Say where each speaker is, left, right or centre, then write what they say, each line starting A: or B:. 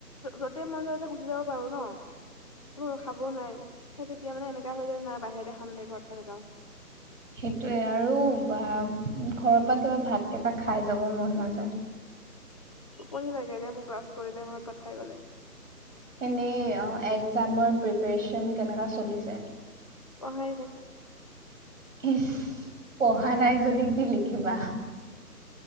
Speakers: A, on the left; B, on the right.
A: য'তে মন যায় ততে গুচি যাব পাৰো ন' উম, খাবও নোৱাৰে সেই তেতিয়া মানে এনেকা হয় যে নাই বাহিৰতে খাম দে ঘৰত খাই নাযাওঁ।
B: সেইটোৱে আৰু বা ঘৰৰ পা কিবা ভাত কেইটা খাই যাব মন নাযায়।
A: টোপনি লাগে ৰে মোক ক্লাছ কৰিলে ভাত-তাত খাই গলে।
B: এনেই অ' একজামৰ প্ৰিপৰেচন কেনেকা চলিছে?
A: পঢ়াই নাই।
B: ইচ্ পঢ়া নাই যদি কি লিখিবা?